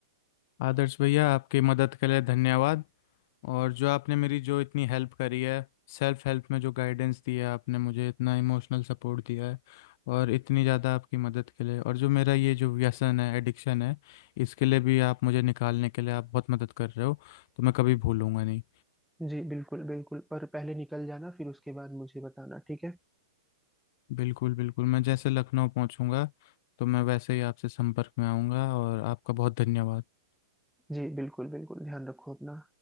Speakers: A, on the left; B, in the centre.
A: आदर्श भैया आपकी मदद के लिए धन्यवाद और जो आपने मेरी जो इतनी हेल्प करी है सेल्फ हेल्प में जो गाइडेंस दी है आपने मुझे इतना इमोशनल सपोर्ट दिया है और इतनी ज़्यादा आपकी मदद के लिए और जो मेरा ये जो व्यसन है एडिक्शन है इसके लिए भी आप मुझे निकालने के लिए आप बहुत मदद कर रहे हो तो मैं कभी भूलूंगा नहीं
B: जी बिल्कुल बिल्कुल पर पहले निकल जाना फिर उसके बाद मुझे बताना ठीक है
A: बिल्कुल बिल्कुल मैं जैसे लखनऊ पहुंचूंगा तो मैं वैसे ही आपसे संपर्क में आऊँगा और आपका बहुत धन्यवाद
B: जी बिल्कुल बिल्कुल ध्यान रखो अपना